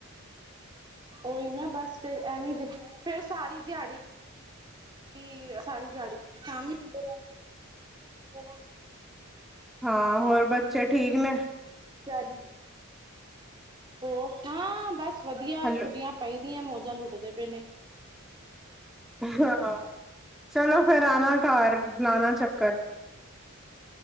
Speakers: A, on the right; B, in the centre.
A: ਉਹੀ ਨਾ, ਬਸ ਫਿਰ ਐਵੇਂ। ਫ਼ਿਰ ਸਾਰੀ ਦਿਹਾੜੀ। ਕੀ, ਸਾਰੀ ਦਿਹਾੜੀ ਕੰਮ ਹੀ ਹੁੰਦੇ ਰਹਿੰਦੇ।
B: ਹਾਂ ਹੋਰ ਬੱਚੇ ਠੀਕ ਨੇ?
A: ਤਿਆਰੀ, ਹੋਰ ਹਾਂ, ਬਸ ਵਧੀਆਂ
B: ਹੈਲੋ
A: ਛੁੱਟੀਆਂ ਪਈ, ਦੀਆਂ ਮੌਜਾਂ ਲੁੱਟਦੇ ਪਏ ਨੇ।
B: ਹਾਂ, ਚਲੋਂ ਫ਼ਿਰ ਆਣਾ ਘਰ, ਲਾਣਾ ਚੱਕਰ।